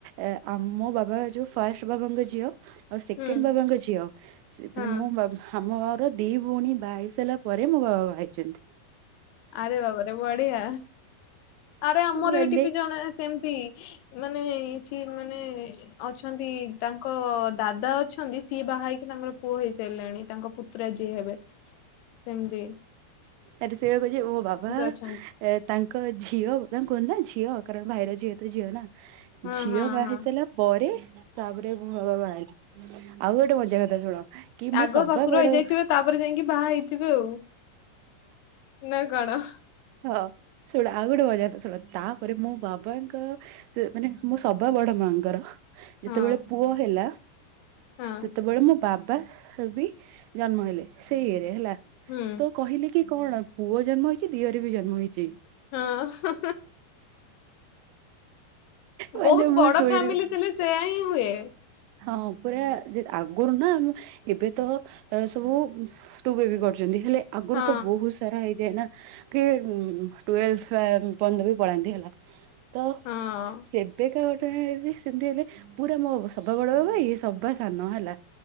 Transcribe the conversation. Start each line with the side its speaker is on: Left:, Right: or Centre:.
Right: ଏ ଆମ ବାବା ଯୋଉ ଫାଷ୍ଟ୍ ବାବାଙ୍କ ଝିଅ। ଆଉ ସେକେଣ୍ଡ୍
Left: ହୁଁ
Right: ବାବାଙ୍କ ଝିଅ ସେ ମାନେ
Left: ହଁ
Right: ମୋ ବାବା। ଆମ ଘରୁ ଦି ଭଉଣୀ ବାହା ହେଇ ସାଇଲା ପରେ ମୋ ବାବା ବାହା ହେଇଚନ୍ତି।
Left: ଆରେ ବାବା ରେ ବଢିଆ ଆରେ ଆମର
Right: ମାନେ
Left: ଏଠି ବି ଜଣେ ସେମ୍ ତି ମାନେ ସିଏ ମାନେ ଅଛନ୍ତି ତାଙ୍କ ଦାଦା ଅଛନ୍ତି ସିଏ ବାହା ହେଇକି ତାଙ୍କ ପୁଅ ହେଇସାଇଲାଣି ତାଙ୍କ ପୁ ତୁରା ଯିଏ ହେବେ ସେମତି।
Right: ଏଠି ସେଇ ବା କହୁଚି ମୋ ବାବା।
Left: ଅଛନ୍ତି।
Right: ଏ ତାଙ୍କ ଝିଅ ତାଙ୍କୁ କୁହନ୍ତି ନା ଝିଅ କାରଣ ଭାଇର ଝିଅ ତ ଝିଅ ନା।
Left: ହଁ
Right: ଝିଅ
Left: ହଁ
Right: ବାହା
Left: ହଁ
Right: ହେଇ ସାଇଲା ପରେ ତାପରେ ମୁଁ ବାବା ବାହାରିଲି, ଆଉ ଗୋଟେ ମଜା କଥା ଶୁଣ କି ମୋ
Left: ଆଗ
Right: ସବା
Left: ଶଶୁର
Right: ବଡ
Left: ହେଇଯାଇଥିବେ, ତାପରେ ଯାଇକି ବାହା ହେଇଥିବେ ଆଉ। ନା କଣ?
Right: ହଁ ଶୁଣ ଆଉ ଗୋଟେ ମଜା କଥା ଶୁଣ ତା ପରେ ମୋ ବାବାଙ୍କର ସେ ମାନେ ମୁଁ ସବା ବଡ଼ ମାଆଙ୍କର ଯେତେବେଳେ
Left: ହଁ
Right: ପୁଅ ହେଲା,
Left: ହଁ।
Right: ସେତେବେଳେ ମୁଁ ବାବା ବି ଜନ୍ମ ହେଲେ ସେଇ ଇଏରେ ହେଲା।
Left: ହୁଁ
Right: କହିଲି କି କଣ ପୁଅ ଜନ୍ମ ହେଇଛି ଦିଅର ବି ଜନ୍ମ ହେଇଛି।
Left: ହଁ
Right: ମାନେ
Left: ବହୁତ
Right: ମୁଁ
Left: ବଡ
Right: ଶୁଣିଲି
Left: ଫ୍ୟାମିଲି ଥିଲେ ସେୟା ହିଁ ହୁଏ।
Right: ହଁ ପୁରା ଆଗରୁ ନା ଆମ ଏବେ ତ ଏ ସବୁ ତୁ ବେବି କରିଛନ୍ତି, ହେଲେ ଆଗରୁ
Left: ହଁ
Right: ତ ବହୁତ ସାରା ହେଇଯାଏ ନା କେ ଟୁଏଲ୍ସ ପନ୍ଦରକୁ ପଳାନ୍ତି ହେଲା। ତ
Left: ହଁ
Right: ଏବେ କାହା ଗଟେ ସେମିତି ହେଲେ ପୁରା ମୋ ସଭା ବଡ଼ ଭାଇ ଇଏ ସବା ସାନ ହେଲା।